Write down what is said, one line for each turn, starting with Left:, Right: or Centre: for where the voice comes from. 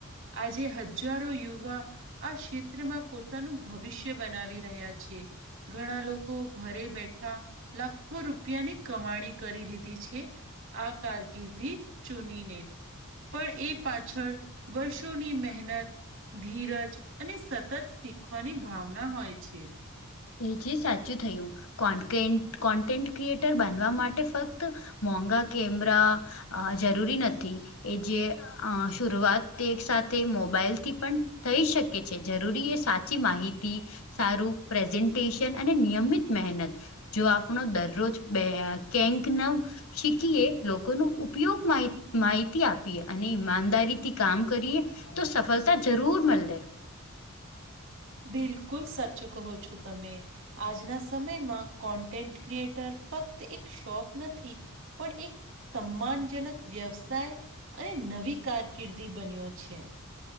Right: આજે હજારો યુવા આ ક્ષેત્રમાં પોતાનું ભવિષ્ય બનાવી રહ્યા છે. ઘણા લોકો ઘરે બેઠા લાખો રૂપિયાની કમાણી કરી લીધી છે આ કારકિર્દી ચૂનીને પણ એ પાછળ વર્ષોની મહેનત ધીરજ અને સતત શીખવાની ભાવના હોય છે.
Left: એ જે સાચું થયું કોન્ટકેટ કોન્ટેન્ટ ક્રિએટર બનવા માટે ફક્ત મોંઘા કેમરા આ જરૂરી નથી એ જે આ શરૂઆત એક સાથે મોબાઈલથી પણ થઈ શકે છે જરૂરી એ સાચી માહિતી સારું પ્રેઝન્ટેશન અને નિયમિત મહેનત જો આપણો દરરોજ બે કેંક નવ શીખીએ લોકો નુ ઉપયોગ માહી માહિતી આપીએ અને ઈમાનદારી થી કામ કરીએ તો સફળતા જરૂર મળ દે
Right: બિલકુલ સાચુ કહો છો તમે આજના સમયમાં કોન્ટેન્ટ ક્રિએટર ફક્ત એક શોખ નથી પણ એક સન્માનજનક વ્યવસાય અને નવી કારકિર્દી બન્યો છે.